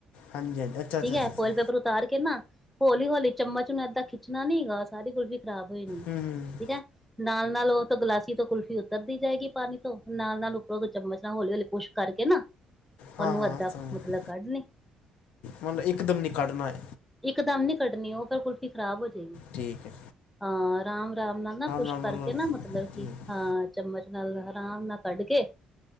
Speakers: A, on the left; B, in the centre.
A: ਹਾਂਜੀ ਹਾਂਜੀ। ਅੱਛਾ ਅੱਛਾ
B: ਠੀਕ ਹੈ
A: ਅੱਛਾ ਅੱਛਾ,
B: ਫੋਇਲ ਪੇਪਰ ਉਤਾਰ ਕੇ ਨਾ ਹੌਲੀ ਹੌਲੀ ਚਮਚ ਨੂੰ ਏਦਾਂ ਖਿੱਚਣਾ ਨੀਗਾ ਸਾਰੀ ਕੁਲਫੀ। ਖ਼ਰਾਬ ਹੋਈ ਦੀ
A: ਹੂੰ ਹੂੰ,
B: ਠੀਕ ਹੈ। ਨਾਲ ਨਾਲ ਉਹ ਤੋਂ ਗਲਾਸੀ ਤੋਂ ਕੁਲਫ਼ੀ ਉੱਤਰਦੀ ਜਾਏਗੀ ਪਾਣੀ ਤੋਂ ਨਾਲ ਨਾਲ ਉੱਪਰੋਂ ਚਮਚ ਨਾਲ ਹੌਲੀ ਹੌਲੀ ਪੁੱਸ਼ ਕਰਕੇ ਨਾ। ਉਹਨੂੰ
A: ਹਾਂ ਹਾਂ
B: ਏਦਾਂ
A: ਸਮਝ ਗਿਆ,
B: ਮਤਲਬ ਕੱਢ ਲਈ।
A: ਮਤਲਬ ਇੱਕ ਦਮ ਨੀ ਕੱਢਨਾ ਹੈ
B: ਇਕ ਦਮ ਨੀ ਕੱਢਣੀ ਉਹ ਫੇਰ ਕੁਲਫੀ ਖ਼ਰਾਬ ਹੋ ਜੇ ਗੀ
A: ਠੀਕ ਹੈ
B: ਹਾਂ ਰਾਮ ਰਾਮ ਨਾਲ ਨਾ ਪੁਸ਼
A: ਰਾਮ
B: ਕਰਕੇ
A: ਰਾਮ ਰਾਮ
B: ਨਾ ਮਤਲਬ ਕਿ
A: ਠੀਕ
B: ਹਾਂ ਚੱਮਚ ਨਾਲ ਆਰਾਮ ਨਾਲ ਕੱਢ ਕੇ